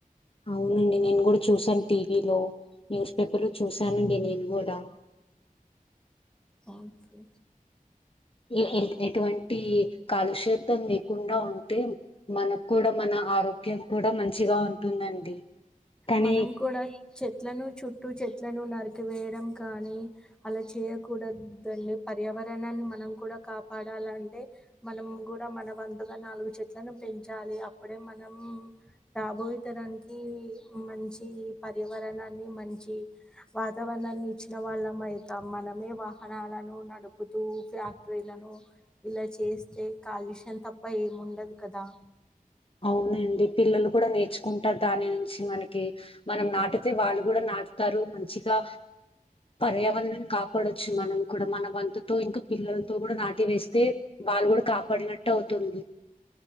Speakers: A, on the left (about 40°); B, in the centre.
A: అవునండి నేను కూడా చూసాను టీవీలో న్యూస్ పేపర్ లో చూసానండి నేను కూడా
B: కే
A: ఏ ఎటువంటి కాలుషేతం లేకుండా ఉంటే మనకు కూడా మన ఆరోగ్యం కూడా మంచిగా ఉంటుందండి కానీ
B: మనం కూడా చెట్లను చుట్టూ చెట్ చెట్లను నరికివేయడం కానీ అలా చేయకూడదండి పర్యావరణాన్ని మనం కూడా కాపాడాలంటే మనం కూడా మన వంతుగా నాలుగు చెట్లను పెంచాలి అప్పుడే మనం రాబోయిేతరానికి మంచి పర్యావరణాన్ని మంచి వాతావరణాన్ని ఇచ్చిన వాళ్ళం అవుతాం మనమే వాహనాలను నడుపుతూ ఫ్యాక్టరీలను ఇలా చేస్తే కాలుష్యం తప్ప ఏముండదు కదా
A: అవునండి పిల్లలు కూడా నేర్చుకుంటారు దాని నుంచి మనకి మనం నాటితే వాళ్ళు కూడా నాటుతారు మంచిగా పర్యావరణం కాక పడొచ్చు మనం కూడా మన వంతు తో ఇంకా పిల్లలతో కూడా నాటి వేస్తే వాళ్ళు కూడా కాపాడినట్టు అవుతుంది